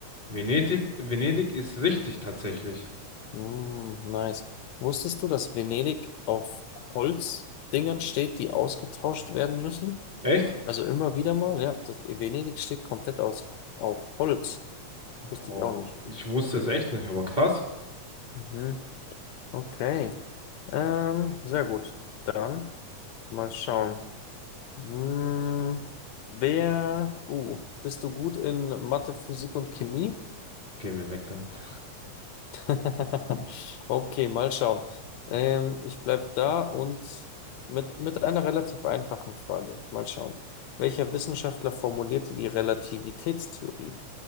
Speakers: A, on the right (about 20°); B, on the left (about 75°).
A: Venedig, Venedig ist richtig tatsächlich.
B: Mm, nice. Wusstest du, dass Venedig auf Holzdingern steht, die ausgetauscht werden müssen?
A: Echt?
B: Also immer wieder mal, ja. Das Venedig steht komplett aus, auf Holz. Wusste
A: Boah,
B: ich auch nicht.
A: ich wusste es echt nicht, aber krass.
B: Mhm. Okay. Ähm, sehr gut. Dann mal schauen. Hm, wer, uh, bist du gut in Mathe, Physik und Chemie?
A: Geh mir weg damit.
B: <laughs> Okay, mal schauen. Ähm, ich bleib da und mit, mit einer relativ einfachen Frage. Mal schauen. Welcher Wissenschaftler formulierte die Relativitätstheorie?